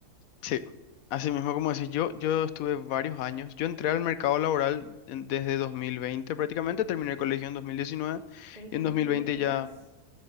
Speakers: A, on the left (about 70°); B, on the right (about 25°).
A: Sí, así mismo como decís, yo, yo estuve varios años, yo entré al mercado laboral en- desde 2020, prácticamente, terminé el colegio en 2019
B: Pero siempre
A: y en dos mil
B: fuiste
A: veinte
B: freelance.
A: ya,